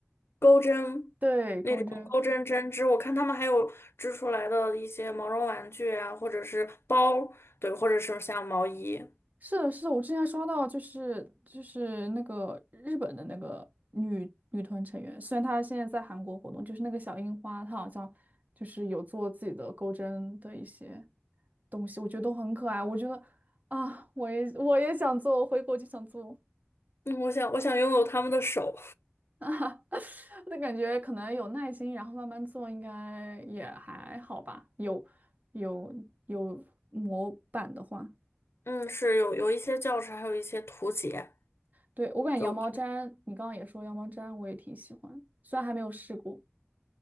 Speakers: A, on the left; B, on the right.
A: 钩针、
B: 对，钩针。
A: 钩针、针织，我看他们还有织出来的一些毛绒玩具啊，或者是包，对，或者是像毛衣。
B: 是的，是的，我之前还刷到，就是就是那个日本的那个女女团成员，虽然她现在在韩国活动，就是那个小樱花，她好像就是有做自己的钩针的一些东西，我觉得都很可爱。我觉得啊，我也我也想做，我回国就想做
A: 嗯，我想，我想拥有他们的手。
B: <laughs> 啊，那感觉可能有耐心，然后慢慢做，应该也还好吧。有有有模板的话。
A: 嗯，是有有一些教程，还有一些图解，
B: 对，我感觉羊毛毡，
A: 就
B: 你刚刚也说羊毛毡，我也挺喜欢，虽然还没有试过。